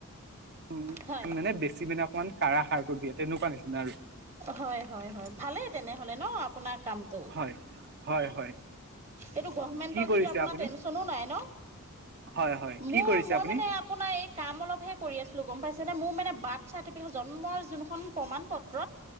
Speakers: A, on the right; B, on the right.
A: উ
B: হয়
A: মানে বেছি মানে অকমান কাঢ়া সাৰটো দিয়ে, তেনেকুৱা নিচিনা আৰু।
B: হয়, হয়, হয় ভালেই তেনেহ'লে ন, আপোনাক কামটো
A: হয় হয় হয়
B: এইটো গভমেণ্টৰ
A: কি কৰিছে
B: যদি
A: আপুনি
B: টেনশ্যনো নাই ন,
A: হয় হয় কি
B: মোৰ
A: কৰিছে
B: মই
A: আপুনি
B: মানে আপোনাৰ কাম অলপহে কৰি আছো। কিয় গ'ম পাইছেনে? মোৰ মানে বাৰ্থ চাৰ্টিফিকেট জন্মৰ যোনখন প্ৰমাণ পত্ৰ